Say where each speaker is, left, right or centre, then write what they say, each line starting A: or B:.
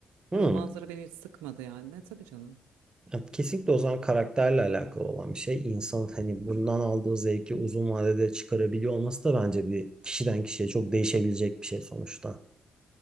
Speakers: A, on the right; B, on the right.
A: Hmm.
B: Hani o manzara beni hiç sıkmadı yani ne tabii canım.
A: Ya Kesinlikle o zaman karakterle alakalı olan bir şey. İnsanın hani bundan aldığı zevki uzun vadede çıkarabiliyor olması da bence bir kişiden kişiye çok değişebilecek bir şey sonuçta.